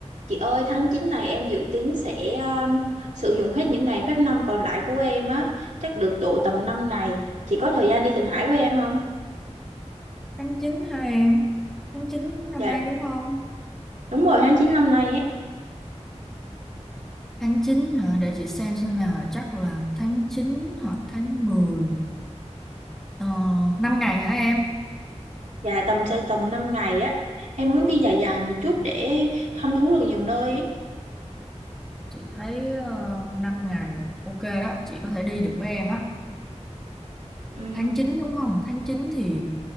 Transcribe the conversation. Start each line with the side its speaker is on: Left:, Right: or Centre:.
Right: Chị ơi, tháng 9 này em dự tính sẽ um, sử dụng hết những ngày phép năm còn lại của em á, chắc được độ tầm 5 ngày. Chị có thời gian đi Thượng Hải với em không?
Centre: Tháng 9 hả em? Tháng 9 năm
Right: Dạ,
Centre: nay đúng không?
Right: đúng rồi, tháng 9 năm nay á
Centre: Tháng 9 hả? Để chị xem xem nào. Chắc là tháng 9 hoặc tháng mười Ờ, 5 ngày hả em?
Right: dạ tầm sẽ tầm 5 ngày á. Em muốn đi dài dài một chút để thăm thú được nhiều nơi ấy.
Centre: Chị thấy uh, 5 ngày ok đó. Chị có thể đi được với em á.
Right: Ừm,
Centre: Tháng 9 đúng không? Tháng 9 thì